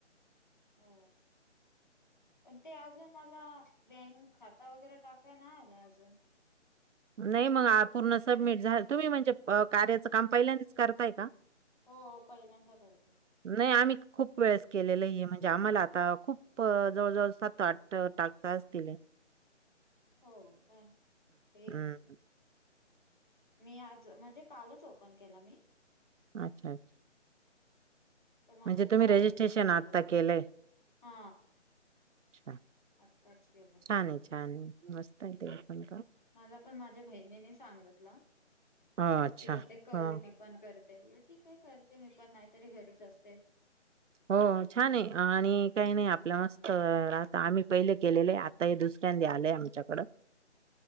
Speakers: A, on the left; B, on the right.
A: अ पण ते आजून ला बँक खाता वगैरे टाकाय नाय आलय अजून
B: नाही मग आ पूर्ण सबमिट झा तुम्ही म्हणजे म कार्याचं काम पहिल्यांदीच करताय का?
A: हो पहिल्यांदा करते.
B: नाही आम्ही खूप वेळेस केलेलय. णजे आम्हाला आता खूप जवळ जवळ सात आठ टाक असतीलय
A: हो काय ठीक
B: हम्म
A: के मी आज म्हणजे कालच ओपन केलं मी
B: अच्छा अच्छा
A: तर माझं
B: म्हणजे तुम्ही
A: पाच
B: रजिस्ट्रेशन
A: झालेत
B: आता केलंय अच्छा
A: हा आत्ताच केलं मी
B: छान आहे छान आहे मस्त आहे ते पण का
A: मला पण माझ्या बहिणीनी सांगितला
B: अ अच्छा
A: किव ते कर
B: ह
A: मी पण कर बोल ठीक आहे करते मी पण नाहीतरी घरीच असते.
B: हो छान आहे आणि काही नाही आपल्या मस्त आता आम्ही पहिले केलेले आहे आता हे दुस <unintelligible> आलय आमच्याकडं